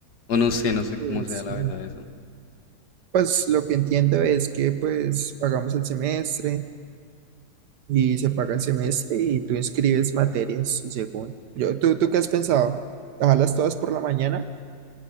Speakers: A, on the left; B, on the right.
A: O no sé, no sé
B: Eh,
A: cómo sea
B: sí.
A: la verdad eso.
B: Pues lo que entiendo es que pues pagamos el semestre y se paga el semestre y tú inscribes materias y según yo, ¿tú, tú qué has pensado? ¿Dejarlas todas por la mañana